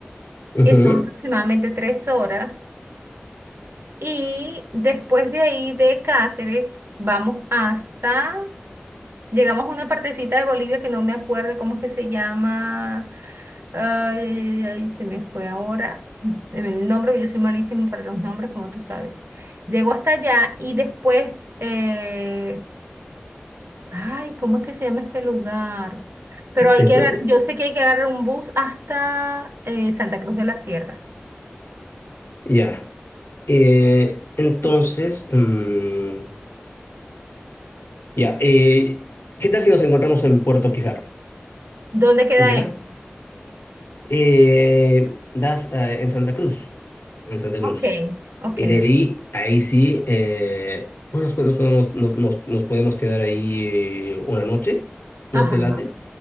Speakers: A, on the left; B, on the right.
A: Ujú.
B: Que son aproximadamente tres horas. Y después de ahí de Cáceres vamos hasta Llegamos a una partecita de Bolivia que no me acuerdo cómo es que se llama. Ay, ay, ay, ay, se me fue ahora. El nombre, porque yo soy malísimo para los nombres, como tú sabes. Llego hasta allá y después, eh, ay, ¿cómo es que se llama este lugar? Pero hay
A: Esto-
B: que agarrar, yo sé que hay que agarrar un bus hasta eh, Santa Cruz de la Sierra.
A: Ya. Eh, entonces, mm, ya. eh, ¿qué tal si nos encontramos en Puerto Quijarro?
B: ¿Dónde queda
A: ¿Ya?
B: eso?
A: Eh, das eh, en Santa Cruz, en Santa
B: Ok,
A: Cruz.
B: ok,
A: Y de ahí, ahí sí, eh, bueno, nosotros nos, nos, nos, nos podemos quedar ahí eh, una noche, ¿no
B: ajá,
A: te late?